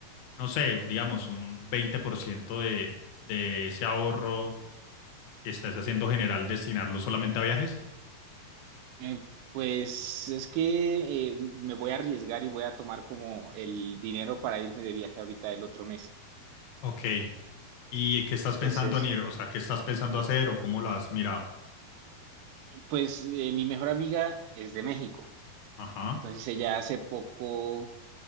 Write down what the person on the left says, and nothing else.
no sé, digamos, un 20% de, de ese ahorro que estás haciendo general, destinarlo solamente a viajes.
Ok. ¿Y qué estás
pensando en ir? O sea, ¿qué estás pensando hacer o cómo lo has mirado?
Ajá.